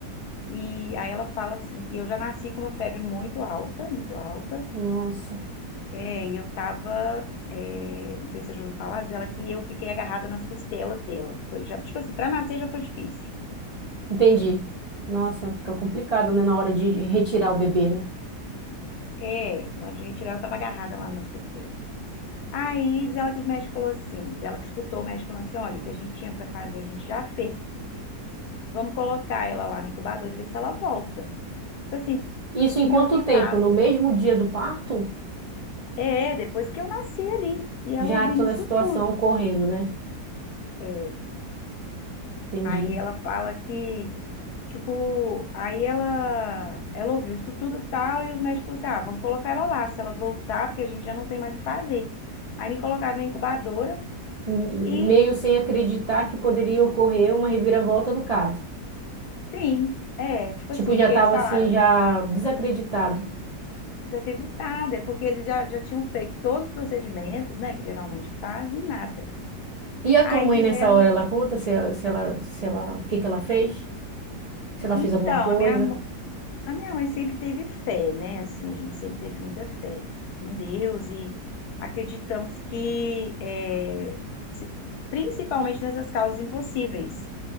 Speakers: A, on the left; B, on the right.
A: E aí ela fala assim que eu já nasci com uma febre muito alta, muito alta,
B: Nossa,
A: É, e eu tava, é, não sei se você já ouviu falar, diz ela que eu fiquei agarrada nas costelas dela. Foi, já, tipo assim, pra nascer já foi difícil.
B: entendi. Nossa, fica complicado, né, na hora de retirar o bebê, né?
A: É, na hora de retirar eu tava agarrada lá nas costelas. Aí diz ela que os médicos falou assim, diz ela que escutou o médico falando assim, olha, o que a gente tinha pra fazer a gente já fez. Vamos colocar ela lá no incubador e ver se ela volta. Tipo assim,
B: Isso
A: tinham
B: em quanto
A: tentado.
B: tempo? No mesmo dia do parto?
A: É, depois que eu nasci ali. E ela
B: Já
A: ouvindo
B: toda
A: isso
B: a situação
A: tudo.
B: ocorrendo, né?
A: É,
B: Entendi.
A: Aí ela fala que, tipo, aí ela, ela ouviu isso tudo e tal, e os médicos falaram assim, ah, vamos colocar ela lá, se ela voltar, porque a gente já não tem mais o que fazer. Aí me colocaram na incubadora
B: M-
A: e,
B: Meio sem acreditar que poderia ocorrer uma reviravolta no caso.
A: sim, é, tipo
B: Tipo,
A: assim,
B: já
A: porque
B: estava
A: eles falaram,
B: assim, já desacreditado.
A: desacreditada, é porque eles já, já tinham feito todos os procedimentos, né, que geralmente fazem, e nada.
B: E a
A: Aí
B: tua mãe
A: diz
B: nessa
A: ela,
B: hora, ela conta se, se ela, se ela, o que que ela fez? se ela
A: então,
B: fez alguma coisa.
A: a minha, A minha mãe sempre teve fé, né? Assim, a gente sempre teve muita fé em Deus e acreditamos que, é, se- principalmente nessas causas impossíveis,